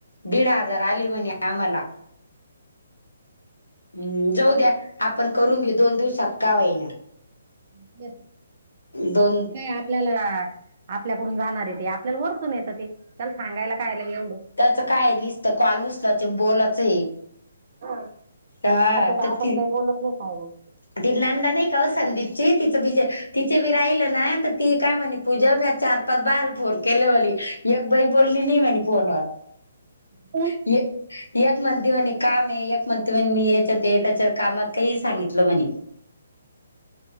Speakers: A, on the left (about 75°); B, on the right (about 45°).
A: दीडा हजार आले म्हणे आम्हाला. हम्म जाऊ द्या आपण करून घेऊ दोन दिवसात कवाही.
B: <unintelligible>
A: दोन
B: आपल्याला आपल्याकडून जाणार आहे तेी आपल्याला वरचून येतं ते त्याला सांगायला कायला एवढं...
A: त्याचं काय निसतं कॉल उचला च बोलायचं आहे.
B: हा
A: हा
B: असं तर आपण
A: ती
B: काही बोलत नाही का मग.
A: ती नांदा नाही का संदीपची तिचं बीज तिचे बी राहिल ना तर ती काय म्हणे... पूजा मी चार पाच <unintelligible> केल्यावाली एक बाई बोलली नाही म्हणे फोनवर.
B: कोण
A: ये एक म्हणते म्हणे काम एक म्हणते म्हणे मी याच्यात त्याच्यात कामात काही सांगितलं म्हणे..